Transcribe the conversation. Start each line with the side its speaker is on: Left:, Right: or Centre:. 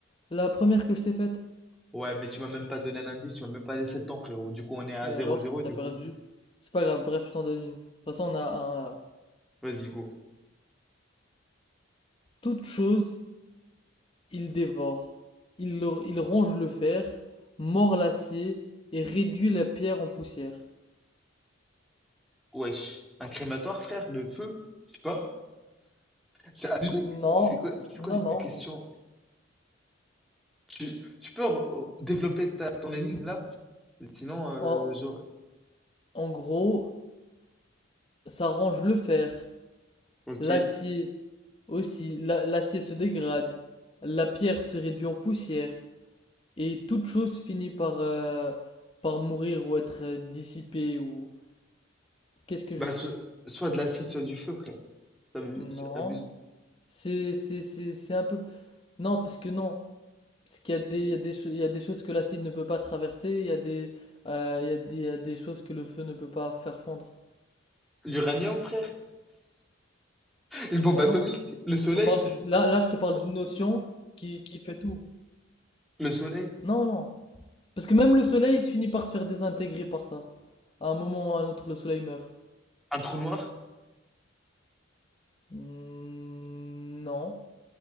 Left: la première que je t'ai faite.
Centre: Ouais, mais tu m'as même pas donné un indice, tu m'as même pas laissé le temps, frérot. Du coup, on est à
Left: Mais
Centre: zéro
Left: alors,
Centre: zéro, du
Left: t'as perdu.
Centre: coup.
Left: C'est pas grave, bref, je t'en donne une. De toute façon, on a un. un.
Centre: Vas-y, go.
Left: Toute chose Il dévore, il le- il ronge le fer, mord l'acier et réduit la pierre en poussière.
Centre: Wesh. Un crématoire, frère, le feu? Je sais pas. C'est abusé.
Left: Non,
Centre: C'est quoi, c'est quoi
Left: non,
Centre: cette
Left: non.
Centre: question? Tu, tu peux re- développer ta, ton énigme, là? Sinon, euh,
Left: En,
Centre: j'aurais...
Left: en gros, ça ronge le fer,
Centre: Ok.
Left: l'acier aussi. La- l'acier se dégrade, la pierre se réduit en poussière et toute chose finit par, euh, par mourir ou être euh, dissipée ou... Qu'est-ce que
Centre: Bah,
Left: je suis?
Centre: so- soit de l'acide, soit du feu, frère. C'est abu-
Left: Non.
Centre: c'est abusé.
Left: C'est, c'est, c'est, c'est un peu... Non, parce que non. Parce qu'il y a des, il y a des, cho- il y a des choses que l'acide ne peut pas traverser, il y a des, euh, il y a des, il y a des choses que le feu ne peut pas faire fondre.
Centre: L'uranium, frère? Une bombe
Left: Ben
Centre: atomique,
Left: non,
Centre: le soleil,
Left: on parle de, là, là, je te parle d'une notion qui, qui fait tout.
Centre: le soleil,
Left: Non, non. Parce que même le soleil, il se finit par se faire désintégrer par ça. À un moment ou à un autre, le soleil meurt.
Centre: un trou noir.
Left: Hmm, non.